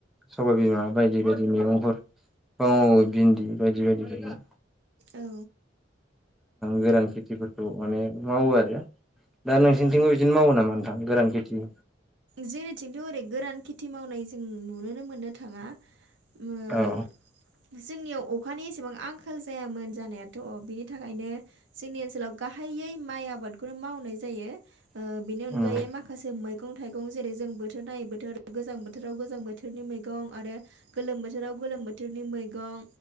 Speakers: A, in the centre; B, on the right (about 70°).
A: सबाइ बिमा बायदि बायदि मैगंफोर फां मावो भिन्दि बायदि बायदिफोर
B: औ
A: गोरान खेथिफोरखौ माने मावो आरो दा नोंसिनिथिंबो
B: औ
A: बिदिनो मावो नामा नोंथां गोरान खेथि?
B: जेरैथिंथ' ओरै गोरान खेथि मावनाय जों नुुनोनो मोननो थाङा उम ओ
A: औ
B: जोंनियाव अखानि एसेबां आंखाल जायामोन जानायाथ' बिनि थाखायनो जोंनि ओनसोलाव गाहायै माइ आबादखौनो मावनाय जायो बेनि अनगायै
A: उम औ
B: माखासे मैगं थाइगं जेरै जों बोथोर नायै बोथोर गोजां बोथोराव गोजां बोथोरनि मैगं आरो गोलोम बोथोराव गोलोम बोथोरनि मैगं